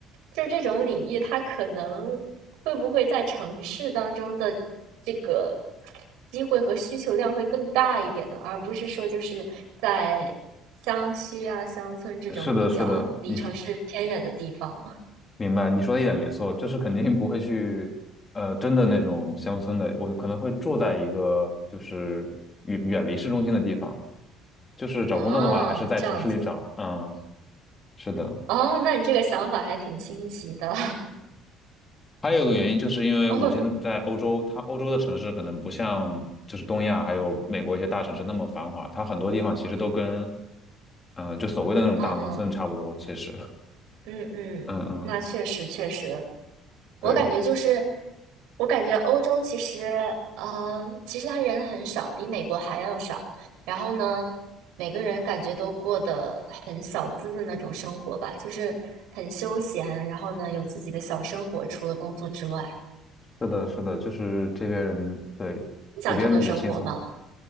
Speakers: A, on the right; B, on the left.
A: 就是这种领域，它可能会不会在城市当中的这个机会和需求量会更大一点呢？而不是说就是在乡区啊、乡村这种比较离城市偏远的地方
B: <laughs> 是的，是的，你是明白，你说的一点没错，就是肯定不会去，呃，真的那种乡村的，我可能会住在一个就是远远离市中心的地方，就是找工作的话，
A: <laughs> 啊，
B: 还是在城市里找。
A: 这样子
B: 嗯，是的，
A: 哦，那你这个想法还挺新奇的，
B: 还有一个原因，就是因为我现在在欧洲，
A: <laughs> 哦，
B: 它欧洲的城市可能不像就是东亚还有美国一些大城市那么繁华，它很多地方其实都跟，嗯、就所谓的那种大农村差不多。
A: 嗯嗯
B: 其实，<laughs>
A: 嗯嗯，
B: 嗯嗯，
A: 那确实确实，
B: 对，
A: 我感觉就是，我感觉欧洲其实，呃，其实他人很少，比美国还要少。然后呢，每个人感觉都过得很小资的那种生活吧，就是很休闲，然后呢，有自己的小生活，除了工作之外，
B: 是的，是的，就是这边人对普遍比较轻松。
A: 理想中的生活嘛。